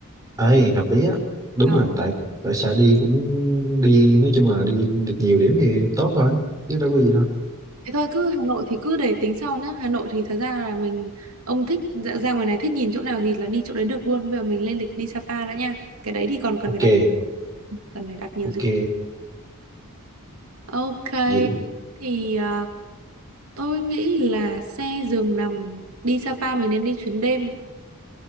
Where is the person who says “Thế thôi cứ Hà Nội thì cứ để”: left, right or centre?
Right